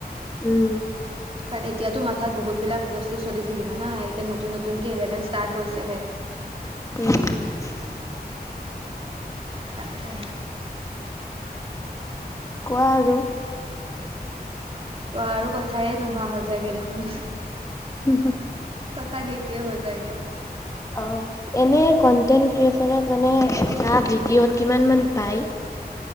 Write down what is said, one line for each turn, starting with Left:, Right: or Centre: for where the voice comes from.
Left: উম,
Right: কাৰণ এতিয়াতো মাথাত বহুতবিলাক বস্তু চলি থাকিব না এতিয়া নতুন নতুনকৈ ইলেভেন ষ্টাৰ্ট হৈছেহে।
Left: উ <unintelligible>
Right: তাকে।
Left: কোৱা আৰু
Right: কোৱা আৰু কোৱা থায়ে নোহোৱা হৈ জাইগে দেখোন।
Left: হুম হুম,
Right: সচাকে শেষে হৈ যায়গে।
Left: অ এনে কনটেণ্ট ক্ৰিয়েচনত মানে এটা ভিডিঅ'ত কিমান মান পায়।